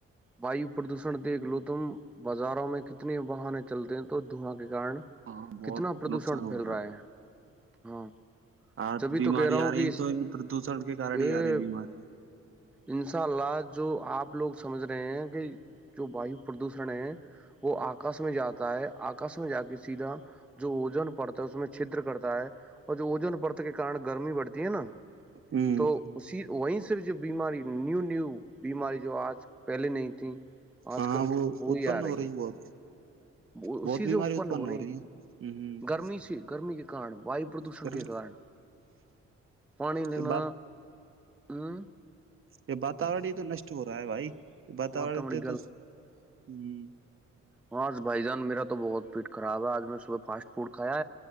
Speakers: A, in the centre; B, on the right (about 45°).
A: ویو پردوشن دیکھ لو تم بازاروں میں کتنی واہنے چلتے ہیں تو دھواں کے کن
B: ہاں بہت
A: کتنا پردوشن
B: نقصان ہو
A: پھیل رہا ہے ہاں
B: آج
A: جبھی
B: بیماری
A: تو کہہ رہا
B: آ
A: ہوں
B: رہی
A: کہ
B: ہے تو ان پردوشن کے کارن
A: یہ
B: ہی آ رہی ہے بیماری
A: انسا لاج جو آپ لوگ سمجھ رہے ہیں کہ جو وایو پردوشن ہے وہ آکاش میں جاتا ہے آکاش میں جا کے سیدھا <unintelligible> جو وجن پڑتا ہے اس میں چدر کرتا ہے اور جو ووجن پررت کے کار گرمی بڑھتی ہے نا
B: ہوں
A: تو اسی وہیں سے جو بیماری نیو نیو بیماری جو آج پہلے نہیں تھی آج
B: ہاں
A: کل
B: وہ
A: وہی
B: اتپن
A: آ
B: ہو رہی
A: ہیں
B: ہے بہت
A: وہ اسی
B: بہت بیماری
A: سے
B: اتپن ہو
A: ہے
B: رہی ہیں ہ ہ
A: گرمی سی گرمی کتنی کاھم <unintelligible> وایو پردوشن
B: کرن
A: کے کارن پانی لینا
B: یہ بات
A: ہوں
B: یہ وااتورن ہی تو نشٹ ہو رہا ہے بھائی وااتورن
A: بہت ہمڑی
B: سے تو ہوں
A: ہاںج بھائی جان میرا تو بہت پیٹ خراب ہے آج میں صبح فاسٹ فوڈ کھایا